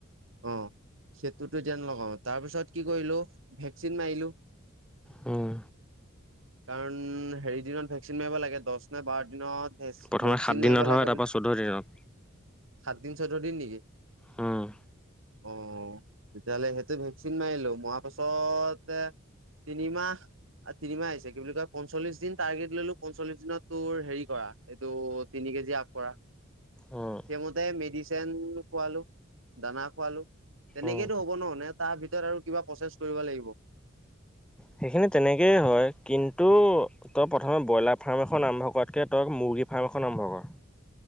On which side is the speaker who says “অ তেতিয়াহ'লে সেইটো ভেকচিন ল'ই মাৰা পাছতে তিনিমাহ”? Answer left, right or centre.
Right